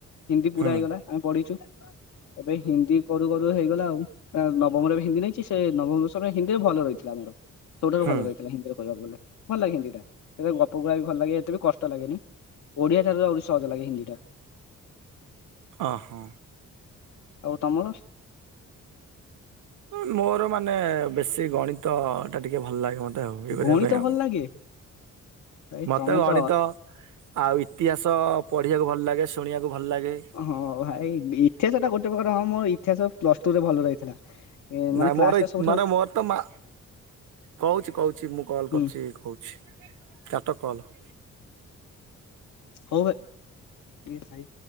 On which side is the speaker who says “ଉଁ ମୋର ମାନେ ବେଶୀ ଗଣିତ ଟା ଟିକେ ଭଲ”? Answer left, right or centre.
Right